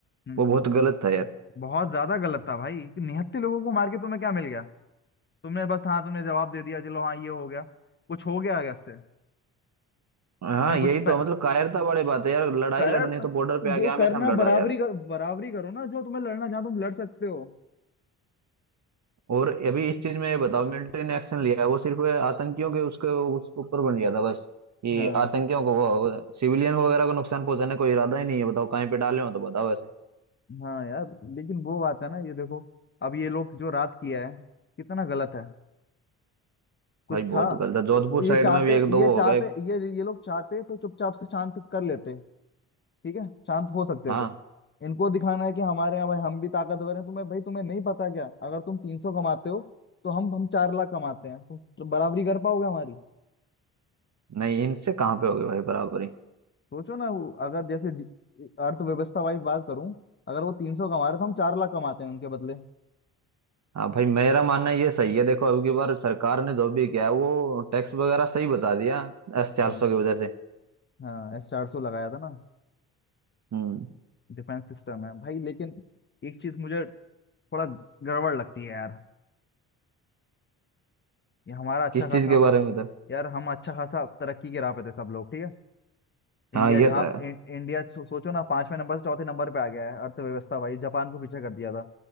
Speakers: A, on the left; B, on the right.
A: हम्म
B: वो बहुत गलत था यार
A: बहुत ज्यादा गलत था भाई कि निहत्थे लोगों को मार के तुम्हें क्या मिल गया तुमने बस हाँ तुमने जवाब दे दिया चलो हाँ ये हो गया कुछ हो गया आगे इससे
B: हाँ
A: तुम्हें कुछ
B: यही तो
A: प...
B: मतलब कायरता वाली बात है यार लड़ाई
A: कर
B: लड़नी है तो बॉर्डर पे आके
A: जो
B: आमने
A: करना
B: सामने
A: बराबरी
B: लड़ो यार
A: कर, बराबरी करो ना जो तुम्हें लड़ना जहाँ तुम लड़ सकते हो
B: और अभी इस चीज में ये बताओ मिलिट्री ने एक्शन लिया वो सिर्फ आतंकियों के उसके उसके ऊपर बन गया था बस ये
A: हाँ
B: आतंकियों को सिविलियन वगैरह को नुकसान पहुंचाने का इरादा ही नहीं है बताओ कहीं पे डाले हो तो बताओ ऐसे
A: हाँ यार लेकिन वो बात है ना ये देखो अब ये लोग जो रात किया है कितना गलत है कुछ
B: भाई
A: था
B: बहुत गलत है जोधपुर
A: तो
B: साइड
A: ये चाहते
B: में भी एक दो
A: ये
B: वो
A: चाहते
B: हो गए
A: ये ये लोग चाहते तो चुपचाप से शांत कर लेते ठीक है शांत हो सकते
B: हाँ
A: थे इनको दिखाना है कि हमारे यहाँ भाई हम भी ताकतवर हैं तुम्हें भाई तुम्हें नहीं पता क्या अगर तुम तीन सौ कमाते हो तो हम हम चार लाख कमाते हैं तुम बराबरी कर पाओगे हमारी
B: नहीं इनसे कहाँ पे हो गए भाई बराबरी
A: सोचो ना वो अगर जैसे डि- अर्थव्यवस्था वाइज बात करूं अगर वो तीन सौ कमा रहे तो हम चार लाख कमाते हैं उनके बदले
B: हाँ भाई मेरा मानना ये सही है देखो अब की बार सरकार ने जो भी किया है, वो टैक्स वगैरह सही बचा दिया एस चार
A: हम्म,
B: सौ की वजह से
A: हाँ एस चार सौ लगाया था ना
B: हम्म
A: डिफेंस सिस्टम है भाई लेकिन एक चीज मुझे थोड़ा गड़बड़ लगती है यार ये हमारा अच्छा
B: किस
A: खासा
B: चीज के
A: हम
B: बारे में था
A: यार हम अच्छा खासा तरक्की के राह पे थे सब लोग ठीक है इंडिया
B: हाँ ये
A: जहाँ
B: तो है
A: इ- इंडिया सो, सोचो ना पांचवें नंबर से चौथे नंबर पे आ गया है अर्थव्यवस्था वाइज जापान को पीछे कर दिया था